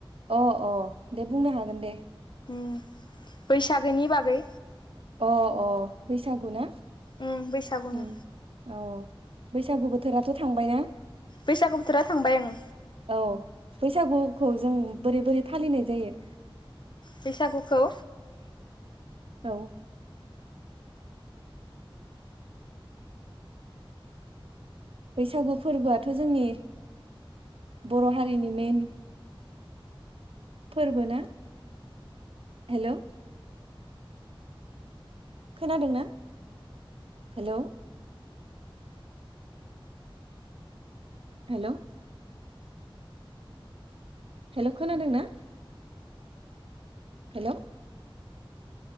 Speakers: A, on the right; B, on the left.
A: अ अ दे बुंनो हागोन दे।
B: उम बैसागोनि बागै
A: अ अ बैसागु ना
B: उम बैसागुनि
A: उम अ बैसागु बोथोराथ' थांबायना?
B: बैसागु बोथोरा थांबाय ओं।
A: औ बैसागुखौ जों बोरै बोरै फालिनाय जायो?
B: बैसागुखौ
A: औ बैसागु फोरबोआथ' जोंनि बर' हारिनि मेइन। फोर्बोना हेल'। खोनादोंना? हेल'। हेल' हेल' खोनादों ना? Hello